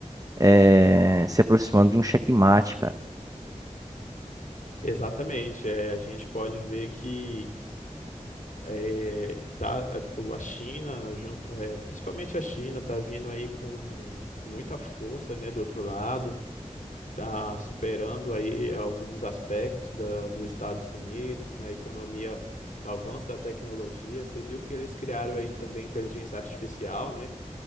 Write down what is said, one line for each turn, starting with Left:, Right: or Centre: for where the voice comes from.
Right: eh, se aproximando de um checkmate, cara.
Left: Exatamente. é, a gente pode ver que é, tá, a China, junto, é, principalmente a China, está vindo aí com, com muita força, né, do outro lado está superando aí alguns aspectos da, dos Estados Unidos na economia, no avanço da tecnologia. Você viu que eles criaram aí também inteligência artificial, né?